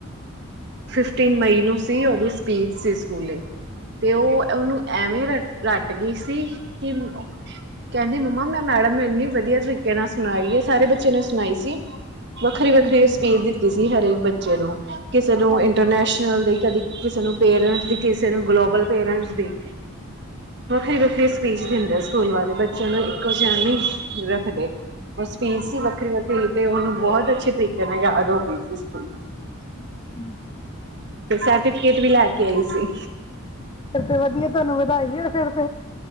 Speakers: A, on the right; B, on the left.
A: ਫਿਫਟੀਨ ਮਈ ਨੂੰ ਸੀ ਉਹਦੀ ਸਪੀਚ ਸੀ ਸਕੂਲੇ ਤੇ ਉਹ ਉਹਨੂੰ ਐਵੇਂ ਰ ਰਟ ਗਈ ਸੀ ਕਿ ਕਹਿੰਦੀ ਮੰਮਾ ਮੈਂ ਮੈਡਮ ਨੇ ਇੰਨੀ ਵਧੀਆ ਤਰੀਕੇ ਨਾਲ ਸੁਣਾਈ ਹੈ ਸਾਰੇ ਬੱਚੇ ਨੇ ਸੁਣਾਈ ਸੀ ਵੱਖਰੀ ਵੱਖਰੀ
B: ਹਾਂਜੀ
A: ਸਪੀਚ ਦਿੱਤੀ ਸੀ ਹਰੇਕ ਬੱਚੇ ਬੱਚੇ ਨੂੰ ਕਿਸੇ ਨੂੰ
B: ਹਾਂਜੀ
A: ਇੰਟਰਨੈਸ਼ਨਲ ਦੇ ਕਦੇ ਕਿਸੇ ਨੂੰ ਪੇਰੈਂਟਸ ਦੀ ਕਿਸੇ ਨੂੰ ਗਲੋਬਲ ਪੇਰੈਂਟਸ ਦੀ ਵੱਖਰੀ ਵੱਖਰੀ ਸਪੀਚ ਦਿੰਦੇ ਸਕੂਲ ਵਾਲੇ ਬੱਚਿਆਂ ਨੂੰ ਕੁਛ ਨਹੀਂ ਰੱਖਦੇ ਉਹ ਸਪੀਚ ਸੀ
B: ਹਾਂਜੀ
A: ਵੱਖਰੀ ਵੱਖਰੀ ਤੇ ਉਹਨੂੰ ਬਹੁਤ ਅੱਛੇ ਤਰੀਕੇ ਨੇ ਯਾਦ ਹੋ ਗਸਿਸ
B: ਅੱਛਾ ਅੱਛਾ
A: ਤੇ ਸਰਟੀਫਿਕੇਟ ਵੀ ਲੈ ਕੇ ਆਈ ਸੀ
B: ਫੇਰ ਤੇ ਵਧੀਆ ਤੁਹਾਨੂੰ ਵਧਾਈਏ ਹੋਵੇ ਫੇਰ